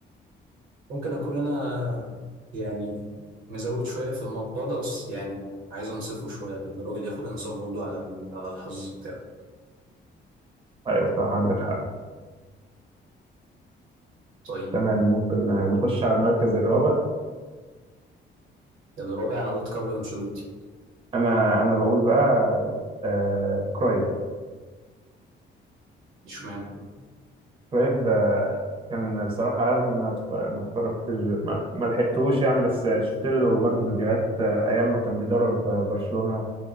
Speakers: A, on the right (about 85°); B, on the right (about 25°).
A: ممكن اكون انا يعني مزود شويه في الموضوع ده بس يعني عايز انصفه شويه لأن الراجل ياخد انصاف برضه على ال- على الحظ بتاعه
B: أيوه صح عندك حق
A: طيب
B: تمام ممكن
A: و-
B: نخش على المركز الرابع
A: الرابع انا قلت كارلو انشيلوتي
B: انا انا بقول بقى آه كرايف
A: اشمعنى
B: كرايف آه كان بصراحة رغم اني ما اتف- ما اتفرجتش ما ما لحقتوش يعني بس شفت له برضه فيديوهات آه ايام ما كان بيدرب برشلونة